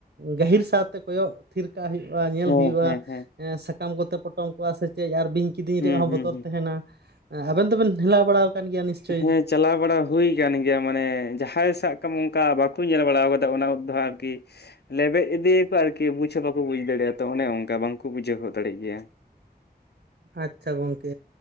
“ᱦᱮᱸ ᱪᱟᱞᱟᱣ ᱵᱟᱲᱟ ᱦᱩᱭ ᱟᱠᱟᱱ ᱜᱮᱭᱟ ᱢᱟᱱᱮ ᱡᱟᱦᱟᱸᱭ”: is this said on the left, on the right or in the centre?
Left